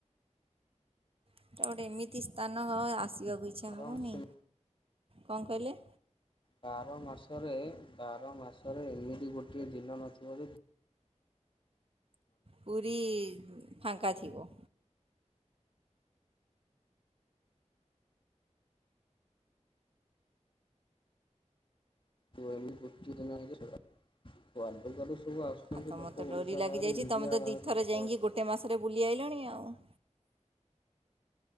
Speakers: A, on the right (about 50°); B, on the left (about 45°).
A: ଏଟା ଗୋଟେ ଏମିତି ସ୍ଥାନ ଆସିବାକୁ ଇଚ୍ଛା
B: ବାର
A: ହବନି।
B: ମାସ
A: କଣ କହିଲେ
B: ବାର ମାସରେ ବାର ମାସରେ ଏମିତି ଗୋଟିଏ ଦିନ ନଥିବାରୁ
A: ପୁରୀ ଫାଙ୍କା ଥିବ।
B: <unintelligible>
A: ଆଉ ତମ
B: ଲୋକ
A: ତ
B: ଓଡିଶା
A: ଡୋରି ଲାଗିଯାଇଛି
B: ବାହାରୁ ଇଣ୍ଡିଆ
A: ତୁମେ ତ
B: ବାହାରୁ
A: ଦୁଇଥର
B: ଲୋକ
A: ଯାଇକି
B: ଆସୁଛନ୍ତି।
A: ଗୋଟେ ମାସରେ ବୁଲି ଆଇଲଣି ଆଉ। <inaudible>